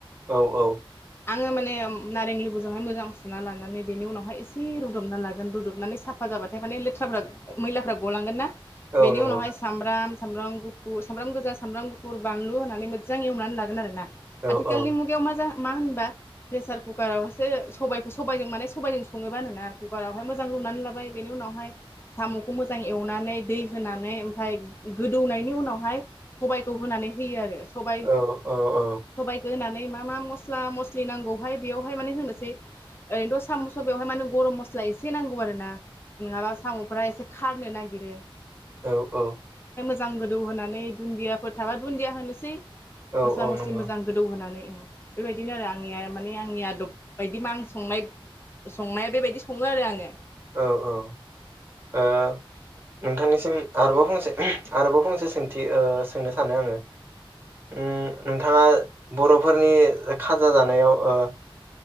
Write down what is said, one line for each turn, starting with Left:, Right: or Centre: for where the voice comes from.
Right: औ औ
Left: आङो माने नारें लेबुजोंहाय मोजां सुना लानानै बेनि उनावहाय एसे रुदबना लागोन रुदबनानै साफा जाबाथाय माने लेथ्राफ्रा मैलाफ्रा गलांगोन ना।
Right: औ
Left: बेनि
Right: नंगौ
Left: उनावहाय सामब्राम सामब्राम गुफुर सामब्राम गोजा सामब्राम गुफुर बानलु होनानै मोजां एवनानै लागोन आरो ना।
Right: औ
Left: आथिखालनि
Right: औ
Left: मुगायाव मा जा मा होनबा प्रेसार कुकारावहासो सबायखौ सबायजों माने सबायजों सङोबानोना कुकारावहाय मोजां रुनानै लाबाय बेनि उनावहाय साम'खौ मोजां एवनानै दै होनानै ओमफफ्राय गोदौनायनि उनावहाय सबायखौ होनानै होयो आरो। सबाय,
Right: औ औ औ
Left: सबायखौ होनानै नै मा मा मस्ला‌ म मस्लि नांगौहाय बेवहाय माने होनोसै ओरैनोथ' साम' सबायआव हाय माने गरम मस्ला एसे नांगौ आरो ना नङाबा साम'फोरा एसे खारनो नागिरो। नागिरो
Right: औ औ।
Left: मोजां गोदौ होनानै दुन्दियाफोर थाबा दुन्दिया होनोसै।
Right: औ
Left: मस्ला
Right: औ
Left: मस्लि
Right: नंगौ
Left: मोजां गोदौ होनानै। बेबायदिनो आरो आं आंनिया माने आंनि आदब बायदि मा आं संनाय संनाया बेबायदि सङो आरो आङो।
Right: औ औ ओ नोंथांनिसिम आरोबाव फंसे आरोबाव फंसे सोंथि ओ सोंनो सानो आङो उम नोंथाङा बर'फोरनि खाजा जानायाव ओ